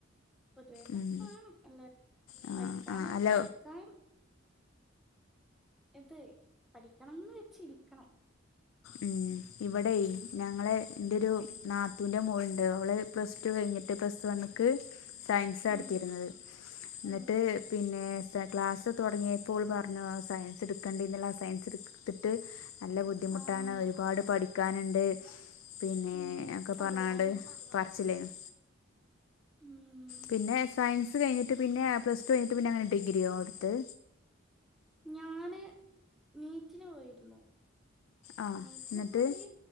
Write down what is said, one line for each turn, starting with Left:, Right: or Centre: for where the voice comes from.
Centre: പൊതുവേ ടഫാണ്
Left: ഉം.
Centre: എല്ലാർക്കും
Left: ആ
Centre: പഠിക്കാന്
Left: ആ അല്ല
Centre: പഠിക്കാൻ ഇത് പഠിക്കണെന്ന് വെച്ചിരിക്കണം
Left: ഉം ഇവടെയി ഞങ്ങളെ ഇൻ്റെരു നാത്തൂൻ്റെ മോള്ണ്ട് അവള് പ്ലസ് ടു കഴിഞ്ഞിട്ട് പ്ലസ് വണ്ണ്ക്ക് സയൻസാ
Centre: ഉം
Left: എട്ത്തീര്ന്നത് എന്നിട്ട്
Centre: ഉം
Left: പിന്നേയത്താ ക്ലാസ്സ് തൊടങ്ങിയപ്പോ ഓള് പറഞ്ഞു സയൻസ് ഇട്ക്കേണ്ടീര്ന്നില്ല സയൻസ് ഇട് ത്തിട്ട് നല്ല ബുദ്ധി
Centre: ആഹ്
Left: മുട്ടാണ് ഒരു പാട് പഠിക്കാന്ണ്ട് പിന്നെ
Centre: ഉം
Left: ഒക്കെ പറഞ്ഞാണ്ട്
Centre: ഒരുപാടുണ്ട്
Left: പറച്ചിലേന്ന്
Centre: ഉം
Left: പിന്നെ സയൻസ് കഴിഞ്ഞിട്ട് പിന്നെയാ പ്ലസ് ടു കഴിഞ്ഞിട്ട് പിന്നെ അങ്ങനെ ഡിഗ്രിയോ ഓഹ് ഇട്ത്തേ
Centre: ഞാന് നീറ്റിന് പോയിരുന്നു.
Left: ആ
Centre: നീറ്റിന്
Left: എന്നിട്ട്
Centre: പോയി